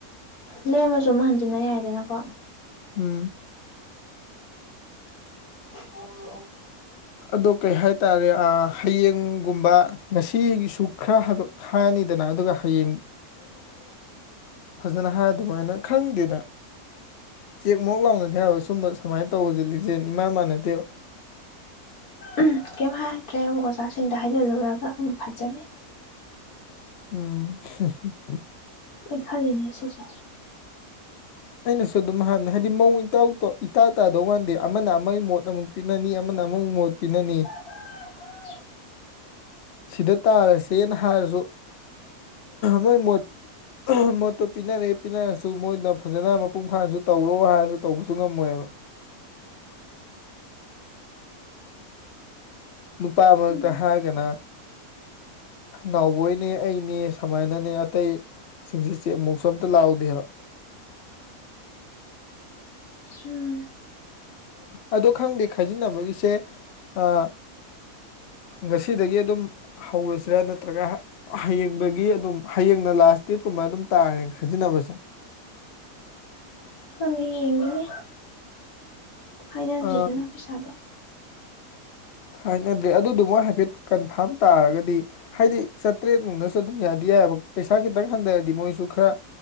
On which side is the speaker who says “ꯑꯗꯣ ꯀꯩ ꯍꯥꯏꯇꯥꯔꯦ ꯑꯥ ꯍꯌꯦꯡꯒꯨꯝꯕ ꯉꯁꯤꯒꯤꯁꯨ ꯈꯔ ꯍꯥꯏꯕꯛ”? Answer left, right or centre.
Left